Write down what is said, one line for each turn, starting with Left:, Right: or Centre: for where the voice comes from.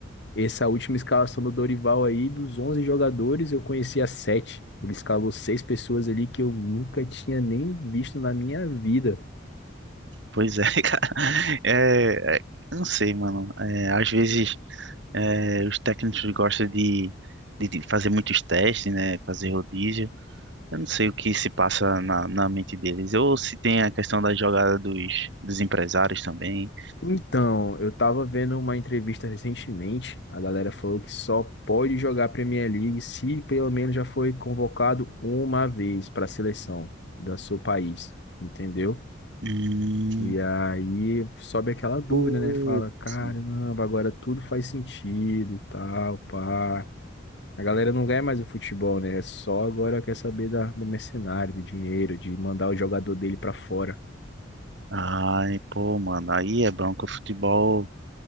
Left: essa última escalação do Dorival aí, dos 11 jogadores, eu conhecia sete. Ele escalou seis pessoas ali que eu nunca tinha nem visto na minha vida.
Right: Pois é, <laughs> cara. É, é, eu não sei, mano. É, às vezes é, os técnicos gostam de, de, de fazer muitos testes, né? Fazer rodízio. Eu não sei o que se passa na, na mente deles. Ou se tem a questão da jogada dos, dos empresários também.
Left: Então, eu tava vendo uma entrevista recentemente, a galera falou que só pode jogar Premier League se pelo menos já foi convocado uma vez para a seleção do seu país, entendeu?
Right: Hum,
Left: E aí sobe aquela dúvida,
Right: putz.
Left: né? Fala, caramba, agora tudo faz sentido e tal, pá. A galera não ganha mais o futebol, né? É Só agora quer saber da, do mercenário, do dinheiro, de mandar o jogador dele para fora.
Right: Ai, pô, mano. Aí é bronco. O futebol.